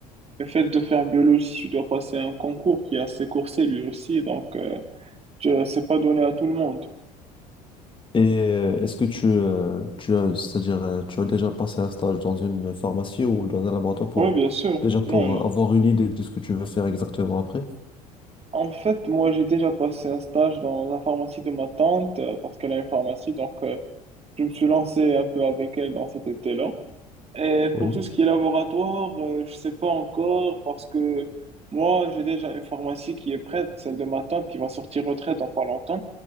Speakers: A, on the right; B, on the left.
A: le fait de faire biologie, tu dois passer un concours qui est assez coursé lui aussi, donc euh, je- c'est pas donné à tout le monde.
B: Et euh, est-ce que tu, euh, tu as, c'est-à-dire, euh, tu as déjà passé un stage dans une pharmacie ou dans un laboratoire pour,
A: Oui, bien sûr.
B: déjà
A: Non,
B: pour avoir une idée de ce que tu veux faire exactement après?
A: En fait, moi, j'ai déjà passé un stage dans la pharmacie de ma tante euh, parce qu'elle a une pharmacie. Donc, euh, je me suis lancé un peu avec elle dans cet été-là. Et
B: Oui.
A: pour tout ce qui est laboratoire, euh, je sais pas encore parce que moi, j'ai déjà une pharmacie qui est prête, celle de ma tante qui va sortir retraite dans pas longtemps.